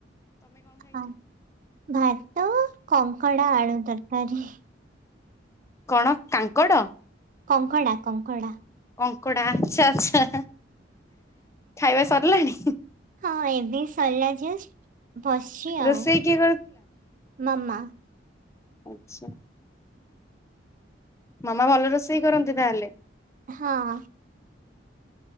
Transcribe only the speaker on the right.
ହ ଭାତ କଙ୍କଡ଼ା ଆଳୁ ତରକାରୀ।
କଙ୍କଡ଼ା, କଙ୍କଡ଼ା
ହଁ ଏବେ ସରିଲା ଜଷ୍ଟ, ବସିଛି
ଆଉ,
ମାମା
ହଁ